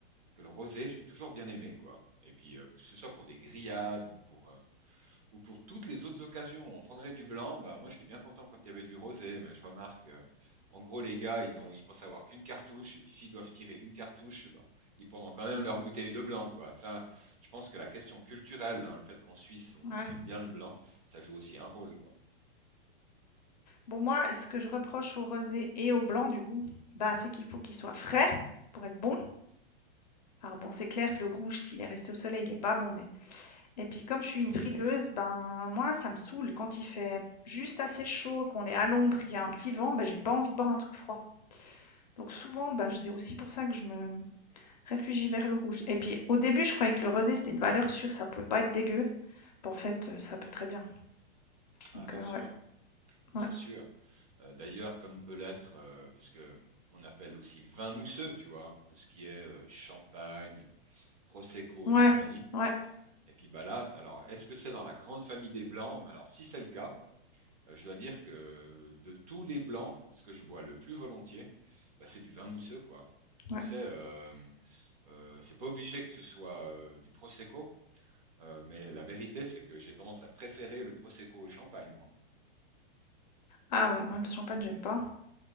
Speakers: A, on the right (about 35°); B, on the left (about 45°).
A: que le rosé, j'ai toujours bien aimé, quoi. Et puis euh, que ce soit pour des grillades ou pour, euh, ou pour toutes les autres occasions où on prendrait du blanc, bah moi j'étais bien content quand il y avait du rosé, mais je remarque, euh, en gros les gars, ils ont, ils pensent avoir qu'une cartouche, et puis s'ils doivent tirer une cartouche, eh ben, ils prendront quand même leur bouteille de blanc, quoi. Ça, je pense que la question culturelle, hein, le fait qu'en Suisse on
B: Ouais.
A: on aime bien le blanc, ça joue aussi un rôle, quoi.
B: Bon, moi, ce que je reproche au rosé et au blanc, du coup, bah, c'est qu'il faut qu'il soit frais pour être bon Alors bon, c'est clair que le rouge, s'il est resté au soleil, il est pas bon, mais et puis comme je suis une frileuse, ben moi, ça me saoule quand il fait juste assez chaud, qu'on est à l'ombre, qu'il y a un petit vent, ben j'ai pas envie de boire un truc froid. Donc souvent, ben c'est aussi pour ça que je me réfugie vers le rouge. Et puis au début, je croyais que le rosé, c'était une valeur sûre, ça pouvait pas être dégueu. Ben, en fait, euh, ça peut très bien.
A: Ah,
B: Donc
A: c'est
B: euh,
A: sûr.
B: ouais,
A: C'est
B: ouais,
A: sûr. Heu, d'ailleurs, comme peut l'être, heu, parce que on appelle aussi vin mousseux, tu vois? Tout ce qui est, heu, champagne, prosecco
B: ouais,
A: et compagnie
B: ouais,
A: et puis, bah, là, alors est-ce que c'est dans la grande famille des blancs? Mais alors si c'est le cas, heu, je dois dire que euh, de tous les blancs, ce que je bois le plus volontiers, bah, c'est du vin mousseux, quoi. Tu
B: ouais.
A: sais, hem, heu, c'est pas obligé que ce soit, heu, du prosecco, heu, mais la vérité, c'est que j'ai tendance à préférer le prosecco au champagne, moi,
B: Ah ouais, moi le champagne, j'aime pas.